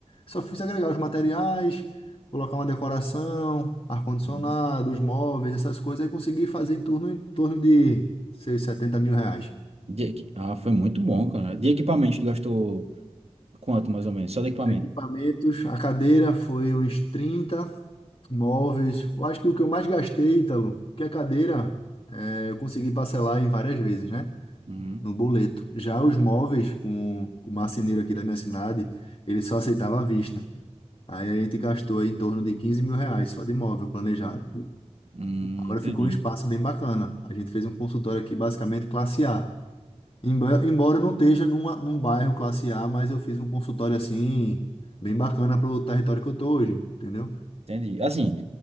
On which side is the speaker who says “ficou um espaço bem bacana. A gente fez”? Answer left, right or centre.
Left